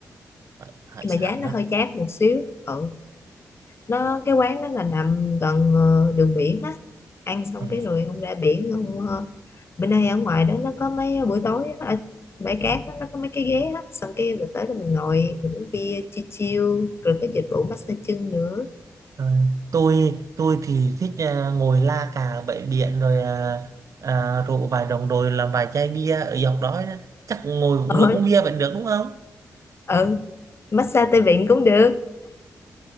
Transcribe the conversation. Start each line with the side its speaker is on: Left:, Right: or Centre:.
Right: hải hải
Left: nhưng
Right: sản
Left: mà giá nó
Right: đó
Left: hơi chát một xíu ừ nó cái quán đó là nằm gần ờ, đường biển á ăn xong
Right: Ừ.
Left: cái rồi ông ra biển ông ờ, bên đây ở ngoài đó nó có mấy buổi tối á, ở bãi cát đó, nó có mấy cái ghế á xong cái mình tới là mình ngồi mình uống bia chill chill rồi có dịch vụ massage chân nữa
Right: Ờ, tôi tôi thì thích à, ngồi la cà bãi biển rồi à, à, rượu vài đồng rồi làm vài chai bia ở dọc đó đó. chắc ngồi
Left: ờ.
Right: cũng được uống bia vẫn được đúng không
Left: ừ massage tay vịn cũng được